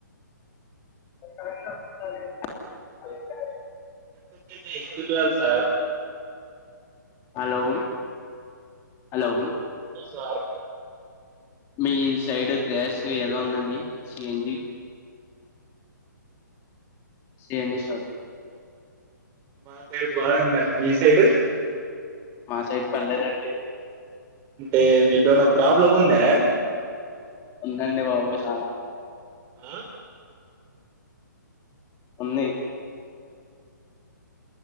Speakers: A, on the left; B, on the right.
A: <inaudible>
B: కట్టొచ్చింది ఎందుకు రాల్ సార్
A: హలో హలో
B: సార్
A: మీ సైడ్ గ్యాస్ యదో ఉందండి C N G C N G షా
B: మా సైడ్ బాగందండి మీ సైడ్
A: మా సైడ్ పడ్లేదండి
B: అంటే మీకు ఏమనా ప్రాబ్లం ఉందా
A: ఉందండి బాబు సాలా
B: ఆ
A: ఉన్నయ్